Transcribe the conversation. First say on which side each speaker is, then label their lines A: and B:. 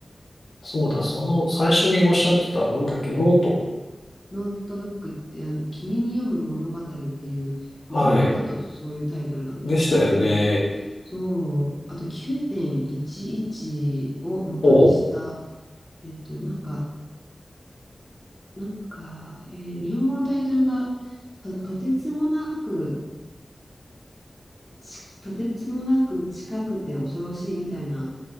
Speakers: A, on the left; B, on the left.
A: そうだ、その最初におっしゃってた、なんだっけ、ノート。
B: ノートブックってあの、君に読む物語っていう、
A: はい。
B: 日本語だとそういうタイトルなんですけどね。
A: でしたよね。
B: そう、あと9.11を元にした、
A: ほ
B: えっと、なんか、なんか、えー日本語のタイトルが、ととてつもなく、ちとてつもなく近くて恐ろしいみたいな